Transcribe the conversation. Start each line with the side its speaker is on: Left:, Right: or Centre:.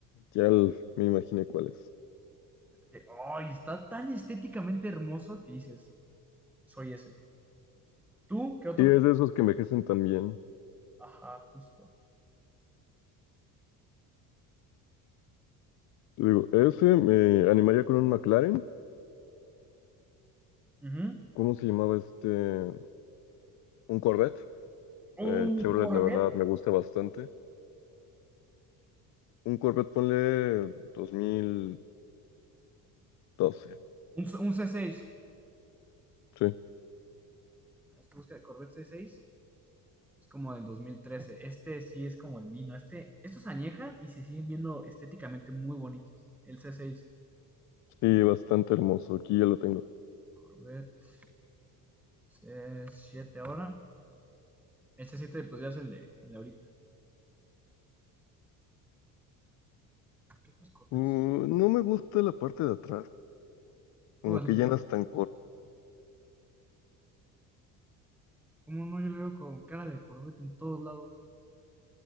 Left: Ya el- me imaginé cuál es.
Centre: Es que, ay, está tan estéticamente hermoso que dices, soy ese. ¿Tú qué otro?
Left: Sí, es
Centre: te-
Left: de esos que envejecen tan bien.
Centre: Ajá, justo.
Left: Te digo, ese me animaría con un McLaren.
Centre: Ujú.
Left: ¿Cómo se llamaba este? Un Corvette. Eh,
Centre: Un
Left: Chevrolet,
Centre: Corvette.
Left: la verdad, me gusta bastante. Un Corvette, ponle dos mil doce,
Centre: Un, un C6.
Left: Sí,
Centre: Es que busca de Corvette C6. Es como del 2013. Este sí es como el vino. Este, estos añejan y se siguen viendo estéticamente muy bonitos. El C6.
Left: sí, bastante hermoso. Aquí ya lo tengo.
Centre: Corvette C7 ahora. El C7 pues ya es el de, el de ahorita. ¿Qué otros Corvettes?
Left: Uh, no me gusta la parte de atrás.
Centre: No,
Left: Como
Centre: es
Left: que
Centre: lo
Left: ya no es
Centre: que-
Left: tan
Centre: ¿Cómo no? Yo le veo con cara de Corvette en todos lados.